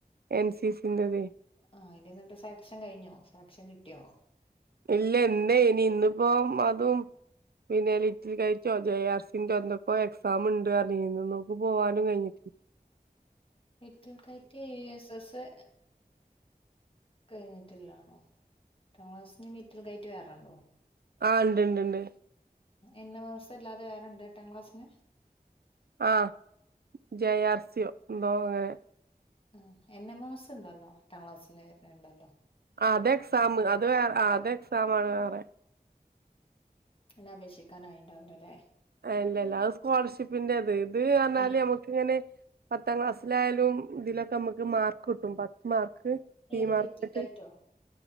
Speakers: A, on the right (about 85°); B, on the left (about 35°).
A: എൻ സി സി ൻ്റെദ്
B: ആ അനി എന്നിട്ട് സെലക്ഷൻ കഴിഞ്ഞോ സെലക്ഷൻ കിട്ടിയോ
A: ഇല്ല എന്താ ഇനി ഇന്നിപ്പോ അതും പിന്നെ ലിറ്റിൽ കഴിച്ചോ ജെ ആർസിന്റെ എന്തൊക്കോ എക്സാാം ഉണ്ട് പറഞ്ഞ ഇന്ന് നോക്ക്ി പോവാനും കഴിഞ്ഞിട്ട്
B: little kite U S S കഴിഞ്ഞിട്ടില്ലാ <unintelligible> എന്ന് ആണോ
A: ആഹ ഉണ്ട്ണ്ട് ഉണ്ട്
B: എന്ന മാസം അല്ലാതെ വേറെണ്ട് എട്ടാം ക്ലാസിന്
A: ആഹ ജയ ആർ സിയോ എന്തോ <unintelligible>
B: ആ എന്റെ മോ മസ് ഉണ്ടല്ലോ എട്ടാം ക്ലാസ്സിന്റെ പേരിന ഉണ്ടല്ലോ
A: ആത് എക്സാം അത് വേറെ അത് എക്സാ ആണ് വേറെ
B: അതിൽഅപേക്ഷിക്കാന ആയിണ്ടാവലോല്ലേ
A: ഇല്ല ഇല്ല അത് സ്കോളർഷിപ്പിന്റെത് ഇത് പറഞ്ഞാല്
B: ആഹ്
A: നമക്ക് ഇങ്ങനെ- പത്താം ക്ലാസ്സിലായാലും ഇതിലൊക്കെ നമുക്ക്- ത് മാർക്ക് കിട്ടും പത്ത് മാർക്ക് സി
B: ഏത്
A: മാർക്ക്
B: ലിറ്റിൽ
A: ആയിട്ട്-
B: കൈറ്റോ